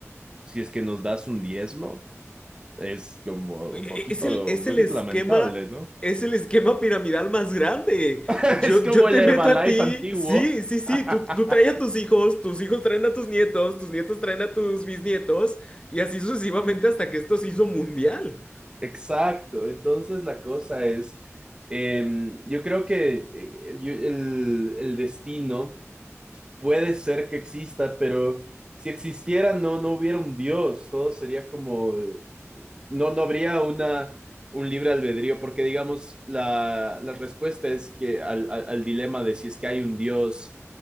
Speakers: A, on the right; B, on the left.
A: Si es que nos das un diezmo, es como
B: E-
A: un poquito,
B: e-, Es el, es
A: un poquito
B: el esquema,
A: lamentable, ¿no?
B: es el esquema piramidal más grande.
A: <laughs>
B: Yo,
A: Es como
B: yo te
A: el Herbalife
B: meto a ti,
A: antiguo.
B: sí, sí, sí,
A: <laughs>
B: tú, tú traes a tus hijos, tus hijos traen a tus nietos, tus nietos traen a tus bisnietos, y así sucesivamente hasta que esto se hizo mundial.
A: Exacto, entonces la cosa es, eh, yo creo que eh, yo- el, el destino puede ser que exista, pero si existiera no, no hubiera un Dios, todo sería como eh, no, no habría una, un libre albedrío, porque digamos, la, la respuesta es que al, al, al dilema de si es que hay un Dios,